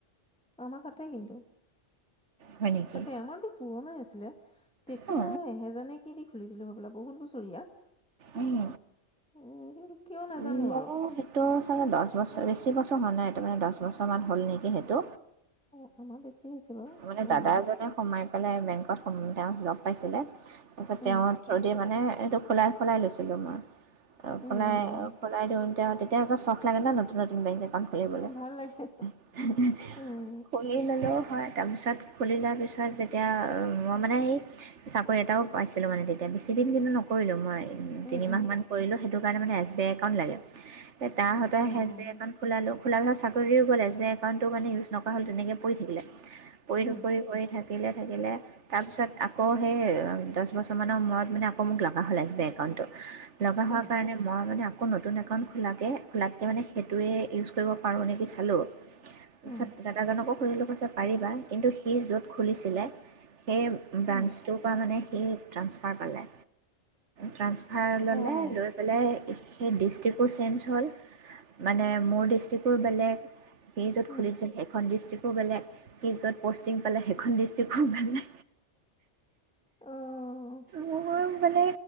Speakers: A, in the centre; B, on the right (about 80°).
A: আমা কাতে কিন্তু-
B: হয় নেকি
A: কাতে আমাৰতো পুৰণা আছিলে তেতিয়া
B: অঁ
A: এহেজা নে কি দে- খুলিছিলো হবালা বহুত বছৰীয়া।
B: উম
A: উম, কিন্তু কিয় নাজানো
B: উম মই
A: আৰু
B: সেইটো চাগে দহ বছৰ বেছি বছৰ হোৱা নাই তাৰমানে দহ বছৰমান হ'ল নেকি সেইটো
A: অ', আমাৰ বেছি হৈছে বাৰু
B: মানে
A: উম,
B: দাদা এ জনে সোমাই পেলাই বেংকত- তেও জব পাইছিলে তাৰপিছত
A: উম,
B: তেও থুৰেদি মানে এইটো সলাই - সলাই লৈছিলো মই
A: উম,
B: সলাই
A: উম, উম,
B: সলাই দিও তেও তেতিয়া আক চখ লাগে নতুন - নতুন বিত কণ খুলিবলৈ
A: অ', ভাল লাগে
B: -
A: উম,
B: খুলি ললো। হয় তাৰপিছত খুলি লোৱাৰ পিছত যেতিয়া মই মানে সেই চাকৰি এটাও পাইছিলো মানে তেতিয়া বেছিদিন কিন্তু নকৰিলো মই
A: উম,
B: তিনিমাহমান
A: উম,
B: কৰিলো সেইটো কাৰণে মানে এছ বি আই একাউণ্ট লাগে। তাহতৰ
A: অ',
B: হে এছ বি আই একাউণ্টটো খোলালো। খোলা কথা চাকৰিও গ'লেজ বে একাউটটো মানে ইউজক কৰা হ'ল তেনেকৈ পৰি থাকিলে পৰি
A: উম,
B: নৰি পৰি থাকে। থাকিলে থাকিলে তাৰপিছত আকৌ সেই দহ বছৰমানৰ সময়ত মানে আকৌ মোক লগা হ'ল হে এছ বি আই একাউণ্ট। লগা
A: উম,
B: হোৱা কাৰণে মই মে আকৌ নতুন একাউণ্ট খোলাকৈ খোলাককৈ মানে সেইটোৱে ইউজ কৰিব পাৰো নেকি চালো দাদাজনকো
A: উম,
B: সুধিলো কৈছে পাৰিবা কিন্তু সি য'ত খুলিছিলে সেই ব্ৰাঞ্চটোৰ
A: উম,
B: পৰা মানে সি ট্ৰান্সফাৰ পালে। ট্ৰা ফাৰ ললে
A: অ'।
B: লৈ পেলাই। সেই ডিষ্ট্ৰিক্টো চেঞ্জ হ'ল মানে মোৰ ডিষ্ট্ৰিকো বেলেগ। সি যত
A: উম,
B: খুলি দিছিল সেইখন ডিষ্ট্ৰিকো বেলেগ। সি য'ত পষ্টিং পালে সেইখন ডিষ্ট্ৰিক্ট ভাল লে
A: অ',
B: মোৰ মানে